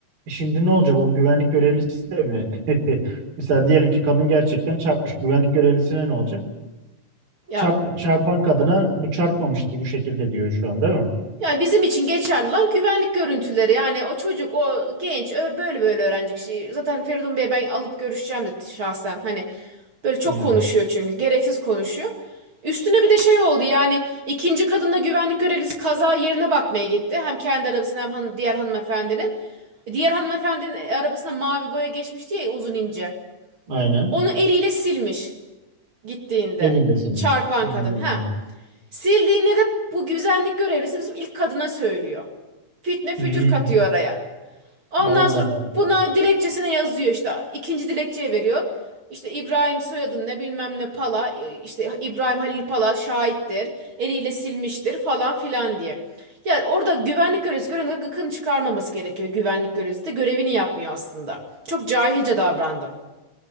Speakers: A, on the right; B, on the right.
A: E Şimdi ne olacak o güvenlik görevlisi de mi? <laughs> Mesela diyelim ki kadın gerçekten çarpmış. Güvenlik görevlisine ne olacak?
B: Ya
A: Çarp, çarpan kadına bu çarpmamıştır bu şekilde diyor şu an değil mi?
B: Ya bizim için geçerli olan güvenlik görüntüleri. Yani o çocuk, o genç ö- böyle böyle öğrenecek şey. Zaten Feridun Bey'e ben alıp görüşeceğim de şahsen. Hani böyle çok
A: Hmm,
B: konuşuyor çünkü. Gereksiz konuşuyor. Üstüne bir de şey oldu yani ikinci kadınla güvenlik görevlisi kaza yerine bakmaya gitti. Hem kendi arabasına hem han- diğer hanımefendinin. Diğer hanımefendinin arabasına mavi boya geçmişti ya uzun ince.
A: aynen.
B: Onu eliyle silmiş gittiğinde.
A: Elindesinmiş.
B: Çarpan
A: Hmm.
B: kadın ha. Sildiğinde de bu güvenlik görevlisi bizim ilk kadına söylüyor. Fitne fücür
A: Hmm.
B: katıyor araya. Ondan
A: Allah
B: sonra
A: Allah.
B: buna dilekçesine yazıyor işte. ikinci dilekçeye veriyor. İşte İbrahim soyadın ne bilmem ne Pala işte İbrahim Halil Pala şahittir. Eliyle silmiştir falan filan diye. Yani orada güvenlik görevlisi görevini gıkını çıkarmaması gerekiyor. Güvenlik görevlisi de görevini yapmıyor aslında. Çok cahilce davrandı.